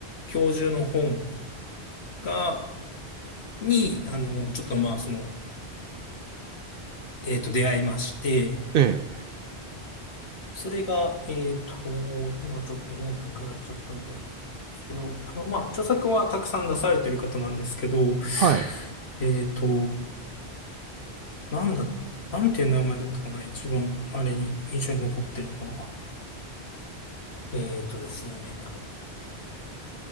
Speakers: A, on the left; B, on the right.
A: 教授の本が、に、あの、ちょっとまあ、その、えっと、出会いまして、
B: ええ。
A: それが、えっと、今ちょっと本なくなっちゃったんだけど、あの、まあ、著作はたくさん出されてる方なんですけど、
B: はい。
A: えっと、なんだ、なんていう名前だったかな、一番、あれに印象に残ってるのは。えっとですね、